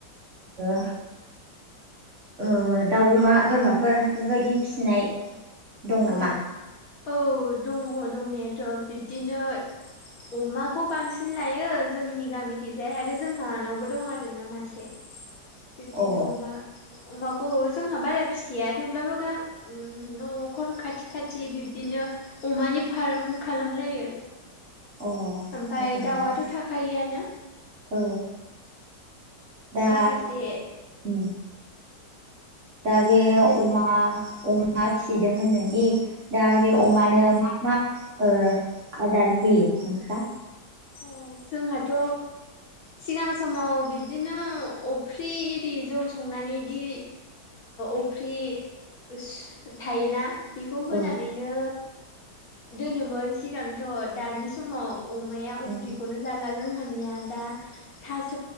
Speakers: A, on the right; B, on the left.
A: ओ ओ दाउ अमा बोरमाफोर बेफोरबादि फिसिनाय दं
B: औ
A: नामा?
B: औ दङ दंनाआथ' बिदिनो अमाखौ बांसिन लायो यो जोंनि गामिथिजाय आरो जोंहानावबो दं आरोना मासे बिब्दिनो
A: अ
B: अमा अमाखौ जोंहा बारा फिसिआ थेवब्लाबो गा न' नखर खाथि खाथि बिब्दिनो अमानि फार्म खालामलायो
A: अ
B: आफाय
A: मोजाङानो
B: दाउआथ' थाखायोआनो
A: औ दा
B: माखासे
A: उम दा बे
B: दे
A: अमा अमा फिसिदों होनदों दि दा बे
B: औ
A: अमानो मा मा ओ आदार होयो नोंसोरा
B: अ जोंहाथ' सिगां समाव बिदिनो अफ्रि इरि जौ संनानैदि अफ्रि सो थायोना बेखौ होनानैनो
A: औ
B: दोनोमोन सिगांथ' दानि समाव अमाया
A: अ
B: उफ्रिखौनो जाला जोंहा निया दा थास'